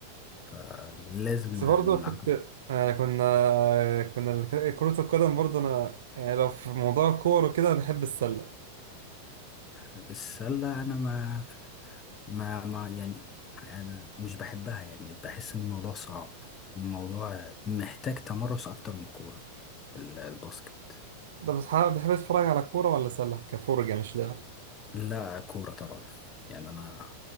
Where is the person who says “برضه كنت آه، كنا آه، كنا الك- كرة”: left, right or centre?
Right